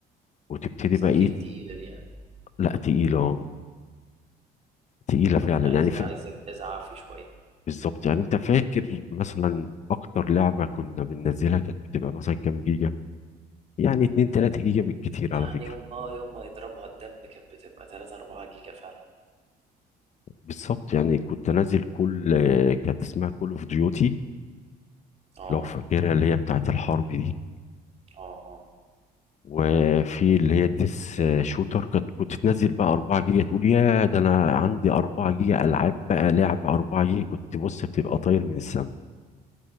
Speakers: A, on the left; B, on the right.
A: وتبتدي
B: بس
A: بقى
B: اكيد
A: ايه
B: تقيلة دي ها؟
A: لا تقيلة تقيلة فعلا
B: يعني عايزة
A: يعني ف...
B: عايزة جهاز عافي شوية
A: بالظبط يعني انت فاكر مثلا اكتر لعبة كنا بننزلها كانت بتبقى مثلا كام جيجا يعني 2 3 جيجا بالكتير
B: يعني
A: على فكرة
B: يوم اه يوم ما يضربها الدم كانت بتبقى 3 4 جيجا فعلا
A: بالظبط يعني كنت انزل كل آه، كانت اسمها كول اوف ديوتي
B: اه
A: لو فاكرها اللي هي بتاعت الحرب دي
B: اه اه
A: وفي اللي هي الديس آه، شوتر كانت كنت تنزل بقى 4 جيجا تقول يا ده انا عندي 4 جيجا العاب بقى لعب 4 جيجا كنت بص بتبقى طاير من السما